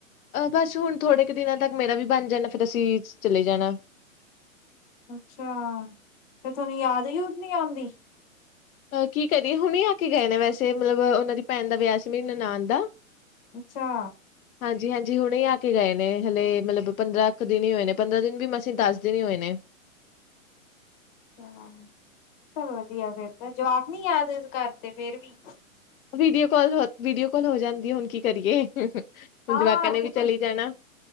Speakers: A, on the left (about 80°); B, on the left (about 35°).
A: ਅਹ ਬਸ ਹੁਣ ਥੋੜੇ ਕੁ ਦਿਨਾਂ ਤੱਕ ਮੇਰਾ ਵੀ ਬਣ ਜਾਣਾ ਫਿਰ ਅਸੀਂ ਚਲੇ ਜਾਣਾ,
B: ਅੱਛਾ ਫੇਰ ਤੁਹਾਨੂੰ ਯਾਦ ਯੂਦ ਨੀ ਆਉਂਦੀ।
A: ਅਹ ਕੀ ਕਰੀਏ ਹੁਣੇ ਆ ਕੇ ਗਏ ਨੇ ਵੈਸੇ ਮਤਲਬ ਉਹਨਾਂ ਦੀ ਭੈਣ ਦਾ ਵਿਆਹ ਸੀ ਮੇਰੀ ਨਨਾਨ ਦਾ,
B: ਅੱਛਾ
A: ਹਾਂਜੀ ਹਾਂਜੀ ਹੁਣੇ ਆ ਕੇ ਗਏ ਨੇ ਹਲੇ ਮਤਲਬ ਪੰਦਰਾਂ ਇੱਕ ਦਿਨ ਹੀ ਹੋਏ ਨੇ ਪੰਦਰਾਂ ਦਿਨ ਵੀ ਮਸਾਂ ਹੀ ਦੱਸ ਦਿਨ ਹੀ ਹੋਏ ਨੇ।
B: ਹਾਂ ਚੱਲ ਵਧੀਆ ਫਿਰ ਤਾਂ ਜਵਾਕ ਨੀ ਯਾਦ ਕਰਦੇ ਫੇਰ ਵੀ
A: ਵੀਡੀਓ ਕਾਲ ਹੋ ਵੀਡੀਓ ਕਾਲ ਹੋ ਜਾਂਦੀ ਹੈ ਹੁਣ ਕੀ ਕਰੀਏ ਹੁਣ
B: ਹਾਂ,
A: ਜਵਾਕਾਂ
B: ਅੱਜ
A: ਨੇ ਵੀ ਚਲੀ ਜਾਣਾ